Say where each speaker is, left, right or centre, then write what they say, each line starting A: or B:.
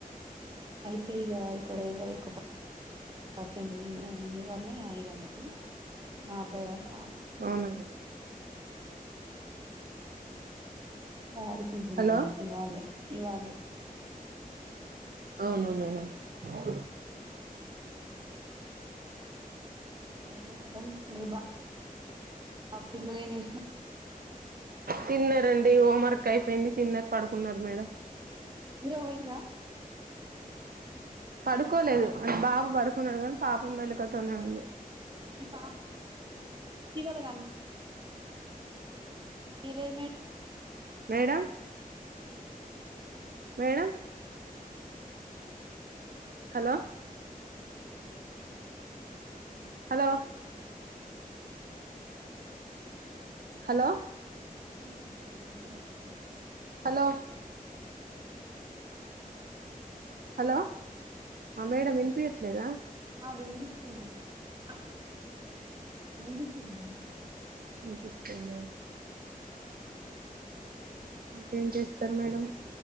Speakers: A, on the right; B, on the right.
A: అయితే ఇగ ఇక్కడ ఎవరేకూవా పన్ పరిచయం లేదు ఈయనే మీ వాళ్ళనే అయిరన్నట్టు మా అబ్బాయి వాళ్ళ
B: అవునా అండి
A: ఇంకా ఆడుకుంటున్నారు
B: హలో
A: అన్నమాట ఇవాళే ఇవాళే
B: అవునవున ఇక
A: ఇంకా మేడం మీ బా పిల్లలేం చేస్తున్నా
B: తిన్నారండి హోంవర్క్ అయిపోయింది తిన్నార్ పడుకున్నారు మేడం
A: నిద్రపోయిర్రా
B: పడుకోలేదు అంట బాబు పడుకున్నాడు కానీ పాపం మెళకతోనే ఉంది
A: మీ పా ఫీవల్గాల్ ఇయ్ లేద్ మేడ్
B: మేడం మేడం హలో
A: ఆ
B: హలో హలో
A: మేడం హలో వినపడట్లేదా
B: హలో హలో ఆ మేడం వినిపియట్లేదా
A: ఆ వినిపిస్తుంది మేడం వినిపిస్తుంది వినిపిస్తుంది
B: వినిపిస్తుంద
A: అవున్ మేడం
B: ఇంకేం చేస్తారు మేడం